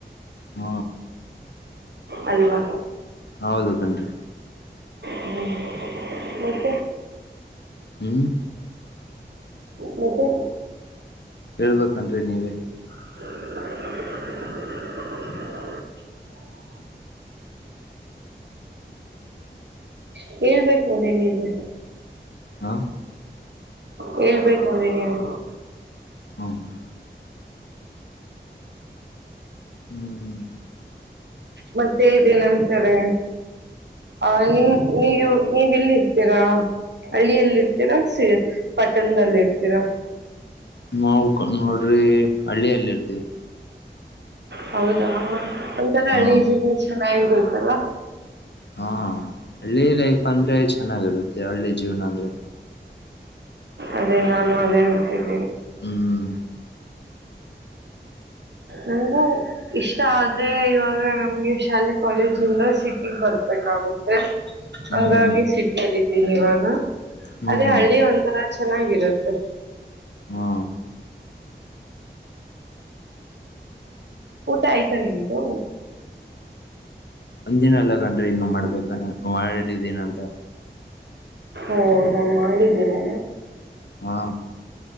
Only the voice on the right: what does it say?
ಅಲ್ವಾ
ಹ್ಮ್ ಮತ್ತೆ
ಮತ್ತೆ
<unintelligible> ಹಏಳ್ಬೇಕು ನೋಡ್ರಿ ನೀವೇ
ಹೇಳ್ಬೇಕು ನೋಡಿ ನೀವು
ಮತ್ತೆ ಇದೇನಂತಾರೆ ಆ ನೀ ನೀವು ನೀವುಲ್ಲಿ ಇರ್ತೀರಾ ಹಳ್ಳಿಯಲ್ಲಿರ್ತೀರಾ ಪಟ್ಟಣದಲ್ಲಿ ಇರ್ತೀರಾ
ಹೌದಾ ಒಂತರ
ಹಳ್ಳಿ ಜೀವನ ಚೆನ್ನಾಗಿರು ಅಲ್ಲ
ಅದೇ ನಾನು ಅದೇ ಅಂತನಿ
ನಂಗು ಇಷ್ಟ ಆದ್ರೆ ಇವಾಗ ನಮ್ಗೆ ಶಾಲೆ ಕಾಲೇಜಿಂದ ಸಿಟಿ ಬರ್ಬೇಕಾಗುತ್ತೆ ಹಂಗಾಗಿ
ಸಿಟಿಲ್ಲಿದ್ದೀನಿ ಇವಾಗ
ಅದೇ ಹಳ್ಳಿ ಒಂಥರ ಚೆನ್ನಾಗಿರುತ್ತೆ
ಊಟ ಆಯ್ತಾ ನಿಮ್ದು
ಓ ಹೌದಾ ಮಾಡಿದ್ದೀರಾ